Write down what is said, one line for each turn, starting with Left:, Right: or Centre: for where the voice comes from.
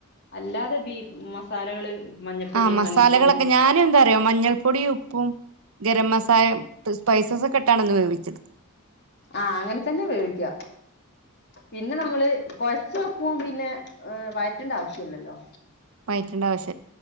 Left: അല്ലാതെ ബീഫ് മസാലകള് മഞ്ഞപ്പൊടി
Right: ആ മസാലകളൊക്കെ
Left: മല്ലിപ്പൊടി
Right: ഞാനും എന്താന്നറിയോ മഞ്ഞൾപ്പൊടിയും ഉപ്പും ഗരം മസാല സ്പൈസസ് ഒക്കെ ഇട്ടാണ് ഇന്ന് വേവിച്ചത്
Left: ആ അങ്ങനെ തന്നെ വേവിക്കുക പിന്നെ നമ്മള് കൊഴച്ച് വെക്കും പിന്നെ വഴറ്റേണ്ട ആവശ്യംല്ലല്ലോ
Right: വയറ്റണ്ടേ ആവിശ്യം